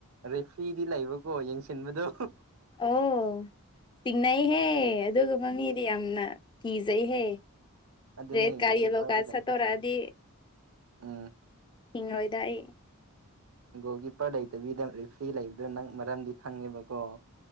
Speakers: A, on the right; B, on the left.
A: ꯔꯦꯐ꯭ꯔꯤꯗꯤ ꯂꯩꯕꯀꯣ ꯌꯦꯡꯁꯤꯟꯕꯗꯨ
B: ꯎꯝ ꯆꯤꯡꯅꯩꯍꯦ ꯑꯗꯨꯒ ꯃꯤꯗꯤ ꯌꯥꯝꯅ ꯀꯤꯖꯩꯍꯦ
A: ꯑꯗꯨꯅꯦ
B: ꯔꯦꯠꯀꯥꯏꯌꯣꯂꯣ
A: ꯒꯣꯜ ꯀꯤꯞꯄꯔꯗꯤ
B: ꯀꯥ
A: ꯂꯩꯇꯦ
B: ꯁꯛꯇꯣꯔꯛꯑꯗꯤ
A: ꯎꯝ
B: ꯍꯤꯡꯔꯣꯏꯗ ꯑꯩ
A: ꯒꯣꯜ ꯀꯤꯞꯄꯔ ꯂꯩꯇꯕꯤꯗ ꯔꯤꯐ꯭ꯔꯤ ꯂꯩꯕꯗꯣ ꯅꯪ ꯃꯔꯝꯗꯤ ꯈꯪꯉꯦꯕꯀꯣ